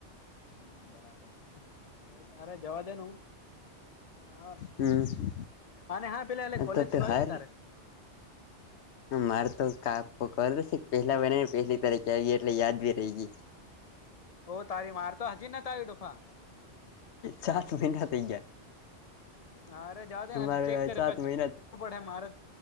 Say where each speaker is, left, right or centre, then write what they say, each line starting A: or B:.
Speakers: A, on the left; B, on the left.
A: હમ બરાબર અરે જવા દેને હું હા
B: હમ
A: અને હા પેલા એ કોલેજ
B: તો તું
A: આવી
B: હાર
A: ગઈ તારે
B: મારે તો કાકકશે પહેલા બનેને પહેલી તારીકે આવી એટલે યાદ બ રહી ગઈ
A: ઓ તારી મારતો હજી નાને તારી ડુફા
B: ચસ મ તયા
A: હારે જદેન હજ
B: મારે
A: ચેક કર
B: સાત
A: ક ું
B: મહિના
A: પડે મારે